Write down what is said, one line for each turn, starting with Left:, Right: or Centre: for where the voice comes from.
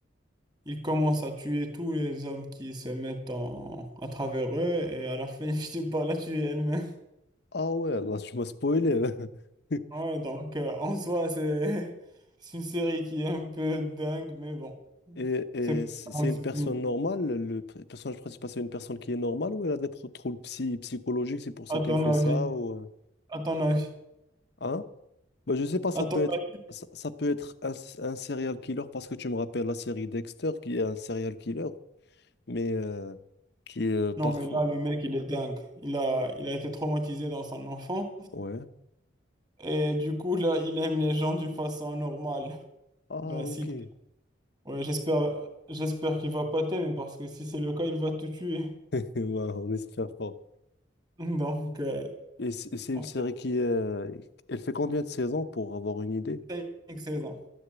Right: Il commence à tuer tous les hommes qui se mettent en... à travers eux et à la fin, <laughs> il finit par la tuer elle-même.
Left: Ah ouais, là, tu m'as spoilé. <laughs>
Right: Ouais, donc euh, en soi, c'est <laughs> c'est une série qui est un peu dingue, mais bon.
Left: Et, et
Right: C'est pas
Left: c- c'est
Right: vraiment
Left: une
Right: ce
Left: personne
Right: film.
Left: normale, le p- personnage principal, c'est une personne qui est normale ou elle a des pro- troubles psy- psychologiques, c'est pour ça
Right: À
Left: qu'elle
Right: ton
Left: fait
Right: avis.
Left: ça ou euh,
Right: À ton avis.
Left: hein? Bah, je sais pas, ça
Right: À ton
Left: peut être
Right: avis.
Left: ça, ça peut être un, s- un serial killer parce que tu me rappelles la série Dexter qui est un serial killer, mais euh, qui est euh, parfois
Right: Non, mais là, le mec, il est dingue. Il a, il a été traumatisé dans son enfance.
Left: ouais.
Right: Et du coup, là, il aime les gens d'une façon normale.
Left: Ah
Right: Ben, s'il...
Left: ok. <laughs>
Right: Ouais, j'espère, j'espère qu'il va pas t'aimer parce que si c'est le cas, il va te tuer.
Left: Ouais, on espère pas.
Right: <laughs> Donc, euh,
Left: Et c- et c'est
Right: en
Left: une
Right: fait,
Left: série qui euh, elle fait combien de saisons pour avoir une idée?
Right: c'est une saison.